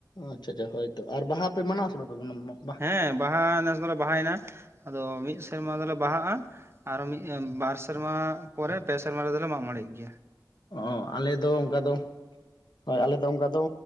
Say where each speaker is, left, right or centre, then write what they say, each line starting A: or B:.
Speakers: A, on the left; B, on the right.
A: ᱟᱪᱪᱷᱟ ᱟᱪᱪᱷᱟ ᱦᱳᱭᱛᱚ ᱟᱨ ᱵᱟᱦᱟ ᱯᱮ ᱢᱟᱱᱟᱣᱟ ᱥᱮ ᱵᱟᱯᱮ <inaudible>
B: ᱦᱮᱸ ᱵᱟᱦᱟ ᱱᱮᱥ ᱫᱚᱞᱮ ᱵᱟᱦᱟᱭᱱᱟ ᱟᱫᱚ ᱢᱤᱫ ᱥᱮᱨᱢᱟ ᱫᱚᱞᱮ ᱵᱟᱦᱟᱜᱼᱟ ᱾ ᱟᱨᱚ ᱢᱤᱫ ᱵᱟᱨ ᱥᱮᱨᱢᱟ ᱯᱚᱨᱮ ᱯᱮ ᱥᱮᱨᱢᱟ ᱨᱮᱫᱚᱞᱮ ᱢᱟᱜ ᱢᱚᱬᱮᱜ ᱜᱮᱭᱟ ᱾
A: ᱚ ᱟᱞᱮ ᱫᱚ ᱚᱱᱠᱟ ᱫᱚ ᱦᱳᱭ ᱟᱞᱮᱫᱚ ᱚᱱᱠᱟ ᱫᱚ